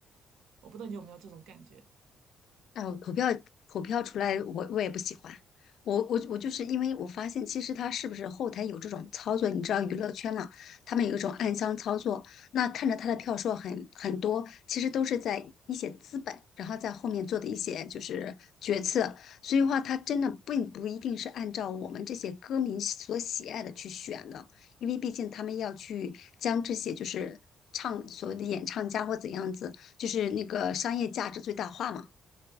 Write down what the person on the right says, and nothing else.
我不知道你有没有这种感觉。